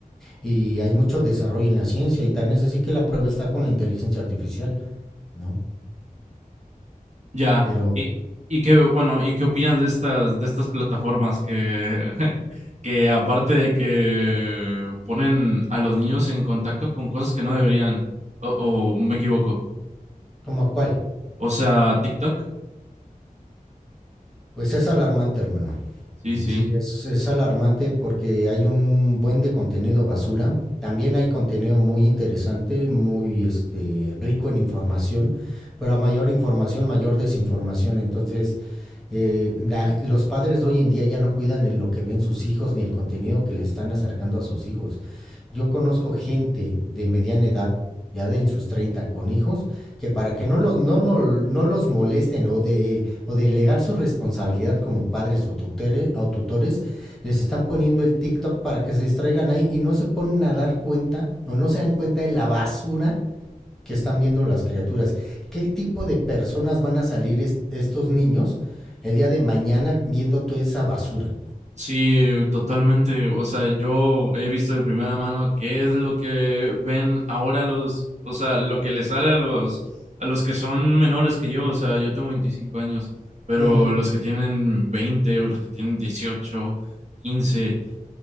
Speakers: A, in the centre; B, on the right.
A: Y hay mucho desarrollo en la ciencia y tan es así que la prueba está con la inteligencia artificial, ¿no?
B: Ya,
A: Pero,
B: y, y qué, bueno, ¿y qué opinas de estas, de estas plataformas que, <laughs> que aparte de que ponen a los niños en contacto con cosas que no deberían, o, o me equivoco?
A: ¿cómo a cuál?
B: O sea, TikTok,
A: Pues es alarmante, hermano.
B: sí, sí.
A: Sí, es, es alarmante porque hay un buen de contenido basura. También hay contenido muy interesante, muy este, rico en información, pero a mayor información, mayor desinformación. Entonces, eh, la- los padres de hoy en día ya no cuidan en lo que ven sus hijos ni el contenido que les están acercando a sus hijos. Yo conozco gente de mediana edad, ya de en sus 30, con hijos, que para que no los, no, no, no los molesten o, de, o delegar su responsabilidad como padres o, tutere- o tutores, les están poniendo el TikTok para que se distraigan ahí y no se ponen a dar cuenta o no se dan cuenta de la basura que están viendo las criaturas. ¿Qué tipo de personas van a salir est- estos niños el día de mañana viendo toda esa basura?
B: Sí, totalmente. O sea, yo he visto de primera mano qué es lo que ven ahora los, o sea, lo que les sale a los, a los que son menores que yo. O sea, yo tengo 25 años, pero
A: Ujú.
B: los que tienen 20 o los que tienen 18, 15,